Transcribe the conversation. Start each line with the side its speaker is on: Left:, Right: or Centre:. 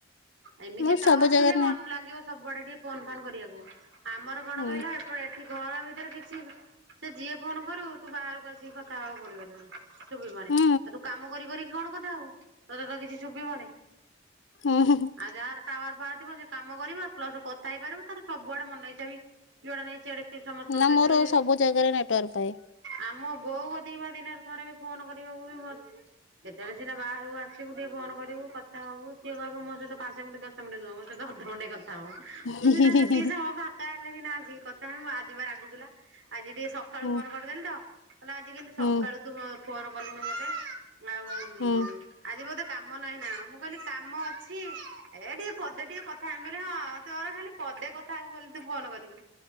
Right: ଏମିତି
Left: ମୁଁ
Right: ଟାୱାର
Left: ସବୁ ଜାଗାରେ
Right: ଥିଲେ ମନ
Left: ନେ
Right: ଲାଗିବ ସବୁଆଡେ ଟିକେ ଫୋନ୍ ଫନ୍ କରିବାକୁ ଆମର କଣ
Left: ହୁଁ
Right: କହିଲା ଏପଟ ଘର ଭିତରେ କିଛି ସେ ଯିଏ ଫୋନ କରୁ ତୁ ବାହାରକୁ ଆସିକି କଥା ହେବାକୁ ପଡିବ ତମ ଶୁଭିବନହିଁ
Left: ହୁଁ
Right: ଆଉ ତୁ କାମ କରି କରି କଣ କଥା ହବୁ ତୋତେ ତ କିଛି ଶୁଭିବନି।
Left: ଉହୁଁ ହୁଁ।
Right: ଆଉ ଯାହାର ଟାୱାର ପାଉଥିବ ସେ କାମ କରିବ ପ୍ଲସ କଥା ହେଇପାରିବ ତାର ସବୁଆଡେ ମନ ଇଛା ବି ଜୁଆଡେ ନାହିଁ ସିଆଡେ ସମସ୍ତଙ୍କ
Left: ନା
Right: ସହିତ
Left: ମୋର
Right: ବି
Left: ସବୁ ଜାଗାରେ ନେଟୱାର୍କ ପାଏ।
Right: ଆମ ବୋଉ କଥିବା ଦିନରେ ଥରେ ବି ଫୋନ କରିବାକୁ ବି ମ କେତେବେଳେ ସିନା ବାହାରକୁ ଆସିବୁ ଟିକେ ଫୋନ କରିବୁ କଥା ହବୁ ସିଏ କହିବ ମୋ ସହିତ ପାଞ୍ଚ ମିନଟ୍ ଦଶ ମିନଟ୍ ନୁହ ମୋ ସହିତ ଅଧଘଣ୍ଟେ କଥା ହବ ମୁଁ
Left: ହିଁ
Right: ସିନା
Left: ହିଁ
Right: ସେତିିକି
Left: ହିଁ
Right: ସମୟ ଫାଙ୍କା ହେଲେ ସିନା ଆସିକି କଥା ହେବି ମୁ ଆଜିିପରା ରାଗୁଥିଲା ଆଜି ଟିକେ ସକାଳୁ
Left: ହୁଁ
Right: ଫୋନ କରିଦେଲି ତ। ଆଲ ଆଜି କେମତି
Left: ହୁଁ
Right: ସକାଳୁ ତୁ ଫୋନ କଲୁଣି ମତେ। ଆଉ ଉମ
Left: ହୁଁ
Right: ଆଜି ବୋଧେ କାମ ନାହିଁ ନା କଣ ମୁଁ କହିଲି କାମ ଅଛି ଏ ଟିକେ ପଦେ ଟିକେ କଥା ହେବି ବୋଲି ହଁ ତୋର ଖାଲି ପଦେ କଥା ହବୁ ବୋଲି ତୁ ଫୋନ କରିବୁ।